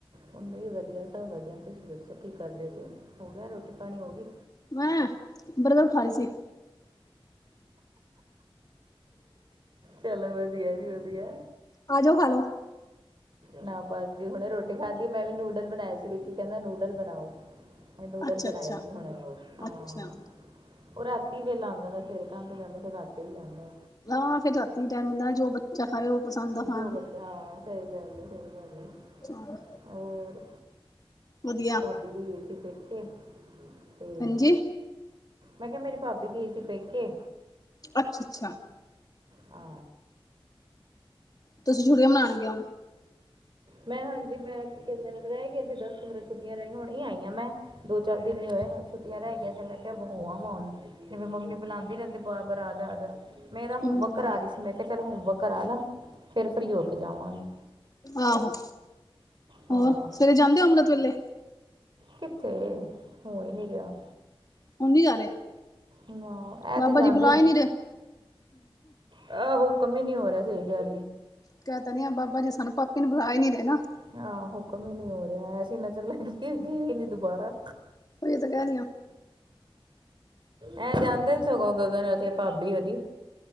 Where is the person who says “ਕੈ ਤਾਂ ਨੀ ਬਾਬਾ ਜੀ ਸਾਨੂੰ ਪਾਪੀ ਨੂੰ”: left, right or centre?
Left